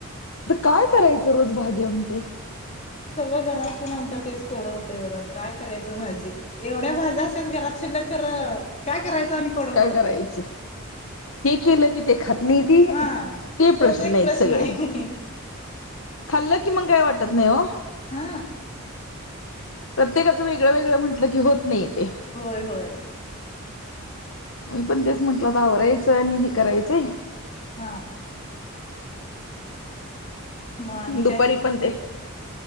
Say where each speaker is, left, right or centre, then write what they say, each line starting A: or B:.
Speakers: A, on the left; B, on the left.
A: आ काय करायचं रोज भाजी आमटी
B: सगळं घरात पण आमच्या तेच कोडं होतंय बघा काय करायचं भाजी एवढ्या भाज्या असत्यात घरात शिल्लक खर काय करायचं आणि कोडं
A: काय
B: पडतय.
A: करायची हे केलं की ते खात नाहीती
B: हा
A: ते
B: तोच
A: प्रश्न
B: एक
A: आहेत सगळे
B: आहे
A: खाल्लं कि मग काय वाटत नाही ओ
B: हा
A: प्रत्येकाचं वेगळं वेगळं म्हटलं की होत नाही ते
B: होय होय
A: मी पण तेच म्हंटल तर आवरायचं आणि हे करायचंय
B: हा मग आणि
A: दुपारी
B: काय
A: पण ते